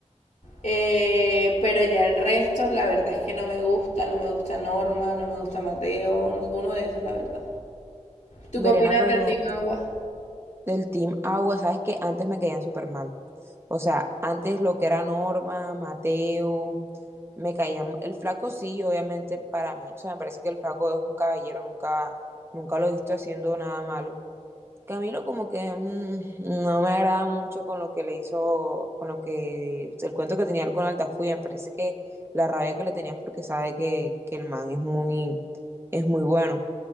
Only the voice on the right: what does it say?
Verena,
pero
del Team Agua, sabes que antes me caían súper mal. O sea, antes lo que era Norma, Mateo, me caía. mu- El flaco sí, obviamente, para mí. O sea, me parece que el flaco es un caballero, nunca, nunca lo he visto haciendo nada malo. Camilo como que mm, no me agrada mucho con lo que le hizo, con lo que, el cuento que tenía él con Altafulla, me parece que la rabia que le tenías porque sabe que, que el man es muy, es muy bueno.